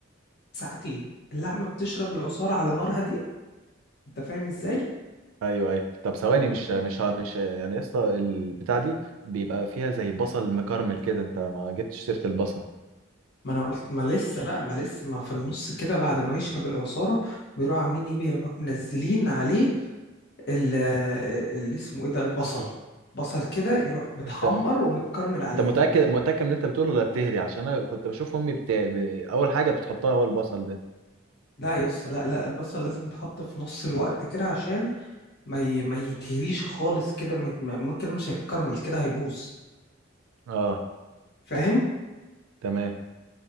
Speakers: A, on the left (about 55°); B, on the right (about 80°).
A: ساعتين اللحمة بتشرب العصارة على نار هادية انت فاهم ازاي
B: ايوه ايوه طب ثواني
A: وب-
B: مش مش ه- مش يعني يا اسطى البتاع دي بيبقى فيها زي بصل مكرمل كده انت ما جبتش سيره البصل
A: ما انا قلت ما لسه بقى ما لسه ما في النص كده بعد ما يشرب العصارة بيروحوا عاملين ايه بيه بيروحوا منزلين عليه ال- اللي اسمه ايه ده البصل بصل كده يروح متحمر
B: انت
A: ومتكرمل عليه
B: انت متاكد متاكد من اللي انت بتقوله ولا بتهري عشان انا كنت بشوف امي بت... ب... اول حاجه بتحطها هو البصل ده
A: لا يا اسطى لا لا البصل لازم يتحط في نص الوقت كده عشان ما ي... ما يتهريش خالص كده ما يت... ما- ممكن مش هيتكرمل كده هيبوظ
B: اه
A: فاهم
B: تمام